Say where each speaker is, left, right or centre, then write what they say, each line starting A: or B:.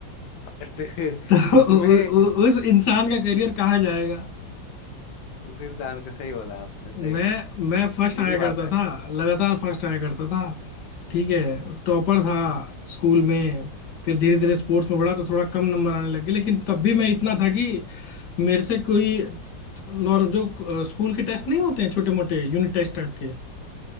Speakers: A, on the left (about 80°); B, on the left (about 65°).
A: बट <laughs>
B: तो,
A: इसमें
B: उ, उ, उस इंसान का करियर कहाँ जाएगा
A: उस इंसान का सही बोला आपने सही
B: मैं
A: बोला
B: मैं फर्स्ट
A: ये
B: आया
A: भी
B: करता
A: बात है
B: था लगातार फर्स्ट आया करता था ठीक है टॉपर था स्कूल में फिर धीरे धीरे स्पोर्ट्स में बढ़ा तो थोड़ा कम नंबर आने लगे लेकिन तब भी मैं इतना था कि मेरे से कोई नॉर्म जो अ, स्कूल के टेस्ट नहीं होते हैं छोटे मोटे यूनिट टेस्ट टाइप के